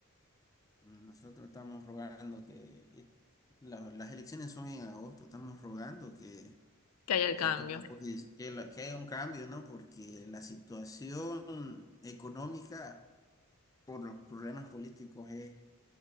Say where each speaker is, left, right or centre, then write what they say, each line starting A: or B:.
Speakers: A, on the left; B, on the left.
A: Nosotros estamos rogando que eh, la- las elecciones son en agosto, estamos rogando que,
B: que haya el
A: que,
B: cambio.
A: bueno, pues, que, la- que haya un cambio, ¿no? Porque la situación económica por los problemas políticos es,